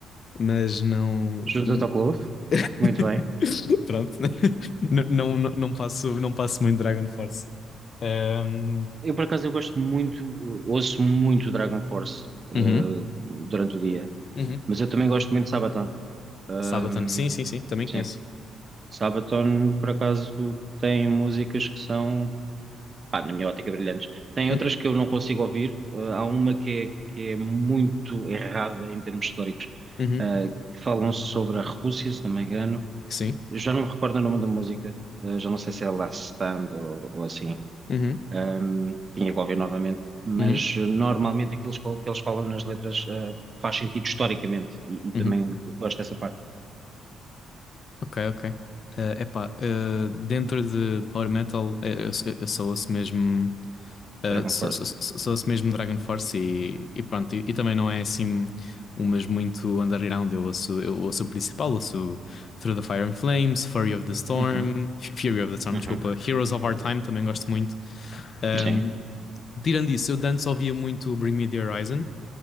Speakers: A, on the left (about 50°); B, on the right (about 35°).
A: mas não.
B: Junta-te
A: n-
B: ao clube.
A: <laughs>
B: Muito bem.
A: Pronto, N- não, não, não passo, não passo muito Dragon Force. Ehm,
B: Eu, por acaso, eu gosto muito, eh, ouço muito Dragon Force eh,
A: Uhum.
B: durante o dia,
A: Uhum.
B: mas eu também gosto muito de Sabaton. Hum,
A: Sabaton, sim, sim, sim, também
B: Sim.
A: conheço.
B: Sabaton, por acaso, tem músicas que são, pá, na minha ótica, brilhantes. Tem
A: Uhum.
B: outras que eu não consigo ouvir. Uh, há uma que é, que é muito errada em termos históricos,
A: Uhum.
B: uh, que falam sobre a Rússia, se não me engano.
A: Sim.
B: Eu já não me recordo o nome da música, uh, já não sei se é Last Stand ou, ou assim.
A: Uhum.
B: Um, tinha que ouvir novamente, mas
A: Uhum,
B: uh, normalmente aquilo que eles falam nas letras, uh, faz sentido historicamente e, e também
A: uhum.
B: gosto dessa parte,
A: Ok, ok. Eh, epá, eh, dentro de de Power Metal, eh, eu, eu, eu só ouço mesmo, eh,
B: Dragon
A: só,
B: Force.
A: só, só- só ouço mesmo Dragon Force e, e pronto. E, e também não é assim umas muito underground. Eu ouço, eu ouço o principal, ouço Through the Fire and Flames, Fury of the Storm,
B: Uhum,
A: F- Fury of the Storm,
B: uhum,
A: desculpa, Heroes of Our Time também gosto muito. Ahm,
B: sim.
A: tirando isso, eu de antes ouvia muito Bring Me the Horizon.